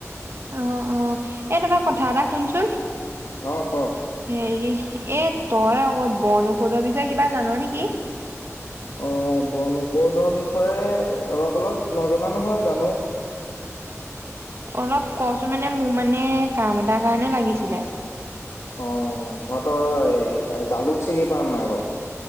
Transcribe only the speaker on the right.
অ' অ' এ টাপা কথা এটা শুনচোন?
হেৰি, এ তই আকৌ বনৌষধৰ বিষয়ে কিবা জান' নেকি?
অলপ ক'চোন, মানে মোৰ মানে কাম এটাৰ কাৰণে লাগিছিলে।